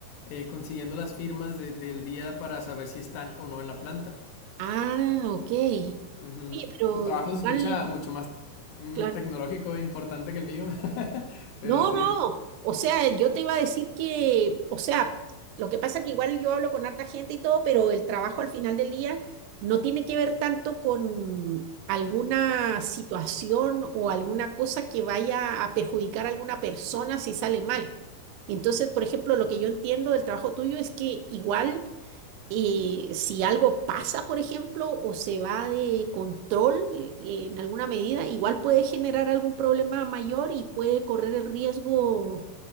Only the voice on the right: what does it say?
ah, ok. Oye,
pero
igual,
claro.
No,
no. O sea, yo te iba a decir que, o sea, lo que pasa es que igual yo hablo con harta gente y todo, pero el trabajo al final del día no tiene que ver tanto con alguna situación o alguna cosa que vaya a perjudicar a alguna persona si sale mal. Entonces, por ejemplo, lo que yo entiendo del trabajo tuyo es que igual eh, si algo pasa, por ejemplo, o se va de control eh, en alguna medida, igual puede generar algún problema mayor y puede correr el riesgo